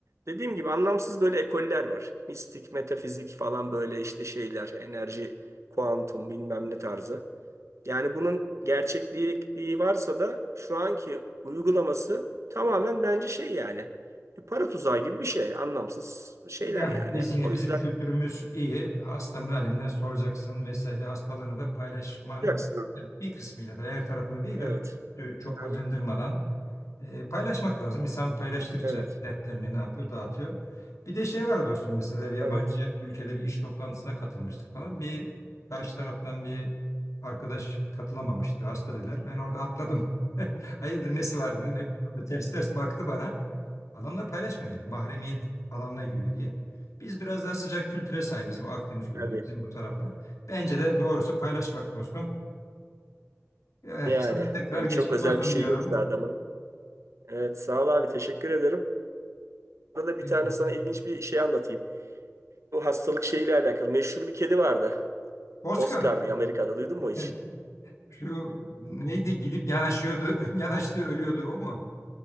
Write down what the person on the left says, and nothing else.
Yani
biz yine
bizim
kültürümüz iyi. Hastanın halinden soracaksın vesaire. Hastalığını da paylaşman
ya bir kısmıyla da her tarafını değil
de çok
acındırmadan E, paylaşmak lazım. İnsan paylaştıkça
dertlerini ne yapıyor? Dağıtıyor. Bir de şey var dostum mesela yabancı
ülkede bir iş toplantısına katılmıştık falan. Bir karşı taraftan bir arkadaş katılamamıştı. Hasta dediler. Ben orada atladım. <laughs> Hayırdır nesi var dedim. Hep böyle ters ters baktı bana. Adamlar paylaşmıyor yani. Mahremiyet alanına giriyor diye. Biz biraz daha sıcak kültüre sahibiz. Bu Akdeniz kültürü
bizim bu taraflar. Bence de doğrusu paylaşmak dostum. Eh,
sana tekrar
geçmiş
olsun
diyorum.
Yani,
Oscar.
<laughs>
Şu neydi gidip yanaşıyordu, <laughs> yanaştı ölüyordu o mu?